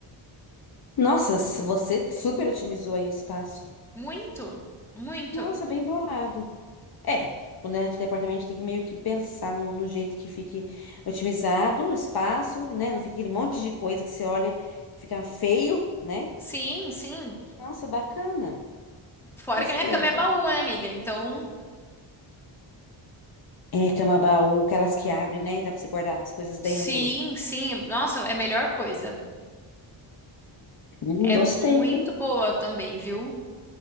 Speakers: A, on the left (about 50°); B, in the centre.
A: Nossa, se você super otimizou aí o espaço.
B: Muito, muito.
A: Nossa, bem bolado. É, quando a gente tem apartamento, a gente tem que meio que pensar no, no jeito que fique otimizado o espaço, né? Não fica aquele monte de coisa que você olha e fica feio, né?
B: Sim, sim.
A: Nossa, bacana.
B: Fora
A: Gostei.
B: que minha cama é baú, né, amiga? Então,
A: É, cama baú, aquelas que abre, né? Dá pra você guardar as coisas dentro.
B: sim, sim. Nossa, é a melhor coisa.
A: Hum,
B: É
A: gostei,
B: muito
A: viu?
B: boa também, viu?